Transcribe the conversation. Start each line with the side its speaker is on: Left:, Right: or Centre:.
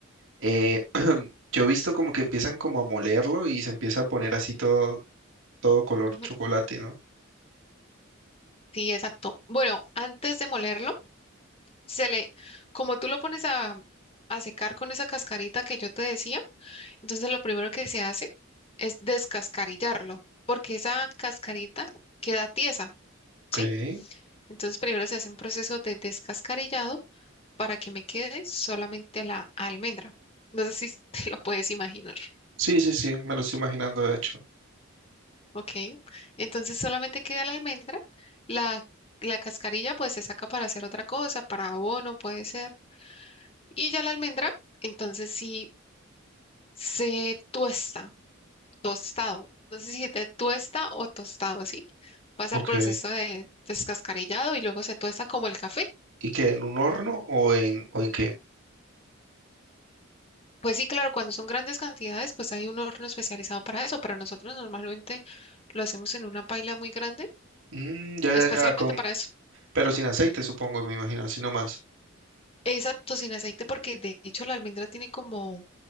Right: Eh, <clears throat> yo he visto como que empiezan como a molerlo y se empieza a poner así todo, todo color
Left: ujú,
Right: chocolate, ¿no?
Left: Sí, exacto. Bueno, antes de molerlo, se le, como tú lo pones a, a secar con esa cascarita que yo te decía, Entonces lo primero que se hace es descascarillarlo, porque esa cascarita queda tiesa,
Right: Ok.
Left: ¿sí? Entonces primero se hace un proceso de descascarillado para que me quede solamente la almendra. No sé si <laughs> te lo puedes imaginar,
Right: Sí, sí, sí, me lo estoy imaginando de hecho.
Left: ¿ok? Entonces solamente queda la almendra, la, la cascarilla pues se saca para hacer otra cosa, para abono puede ser, y ya la almendra, entonces sí se tuesta tostado. No sé si te tuesta o tostado, ¿sí? Pasa
Right: Ok.
Left: el proceso de descascarillado y luego se tuesta como el café.
Right: ¿Y qué? ¿En un horno o en, o en qué?
Left: Pues sí, claro, cuando son grandes cantidades, pues hay un horno especializado para eso, pero nosotros normalmente lo hacemos en una paila muy grande,
Right: Mm, ya,
Left: especialmente
Right: ya, ya, con,
Left: para eso.
Right: pero sin aceite, supongo, me imagino, así nomás.
Left: Exacto, sin aceite, porque de hecho la almendra tiene como,